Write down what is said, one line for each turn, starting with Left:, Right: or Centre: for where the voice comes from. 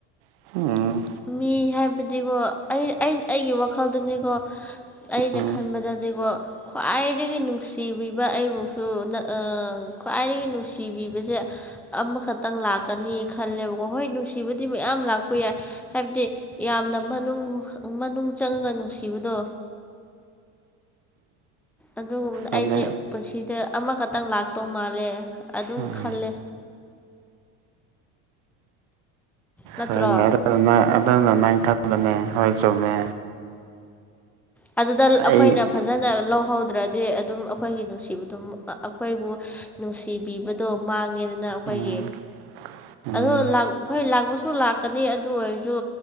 Right: ꯎꯝ
Centre: ꯃꯤ ꯍꯥꯏꯕ ꯗꯤꯀꯣ ꯑꯩ ꯑꯩꯟ ꯑꯩꯒꯤ ꯋꯥꯈꯜꯗꯅꯤꯀꯣ ꯑꯩꯅ
Right: ꯎꯝ
Centre: ꯈꯟꯕꯗꯗꯤꯒꯣ ꯈ꯭ꯋꯥꯏꯗꯒꯤ ꯅꯨꯡꯁꯤꯕꯤꯕ ꯑꯩꯕꯨꯁꯨ ꯅ ꯑꯥ ꯈ꯭ꯋꯥꯏꯗꯒꯤ ꯅꯨꯡꯁꯤꯕꯤꯕꯖꯦ ꯑꯃꯈꯛꯇꯪ ꯂꯥꯛꯀꯅꯤ ꯈꯜꯂꯦꯕꯀꯣ ꯍꯣꯏ ꯅꯨꯡꯁꯤꯕꯗꯤ ꯃꯌꯥꯝ ꯂꯥꯛꯄ ꯌꯥꯏ ꯍꯥꯏꯕꯗꯤ ꯌꯥꯝꯅ ꯃꯅꯨꯡ ꯃꯅꯨꯡ ꯆꯪꯉꯒ ꯅꯨꯡꯁꯤꯕꯗꯣ ꯑꯗꯨꯒꯨꯝꯕꯅ
Right: ꯑꯗꯨ
Centre: ꯑꯩꯗꯤ ꯄꯨꯟꯁꯤꯗ ꯑꯃꯈꯛꯇꯪ ꯂꯥꯛꯇꯧ ꯃꯥꯜꯂꯦ ꯑꯗꯨꯝ
Right: ꯎꯝ
Centre: ꯈꯜꯂꯦ ꯅꯠꯇ꯭ꯔꯣ
Right: ꯍꯣꯏꯅꯦ ꯑꯗꯨꯅ ꯅꯪ ꯑꯗꯨꯅ ꯅꯪ ꯈꯟꯕꯅꯦ ꯍꯣꯏ ꯆꯨꯝꯃꯦ
Centre: ꯑꯗꯨꯗ ꯑꯩꯈꯣꯏꯅ
Right: ꯑꯩ
Centre: ꯐꯖꯅ ꯂꯧꯍꯧ ꯗ꯭ꯔꯗꯤ ꯑꯗꯨꯝ ꯑꯩꯈꯣꯏꯒꯤ ꯅꯨꯡꯁꯤꯕꯗꯨ ꯑꯩꯈꯣꯏꯕꯨ ꯅꯨꯡꯁꯤꯕꯤꯕꯗꯣ ꯃꯥꯡꯉꯦꯗꯅ ꯑꯈꯣ ꯈꯣꯏꯒꯤ
Right: ꯎꯝ ꯎꯝ
Centre: ꯑꯗꯣ ꯂꯥꯛ ꯍꯣꯏ ꯂꯥꯛꯄꯁꯨ ꯂꯥꯛꯀꯅꯤ ꯑꯗꯨ ꯑꯣꯏꯔꯖꯨ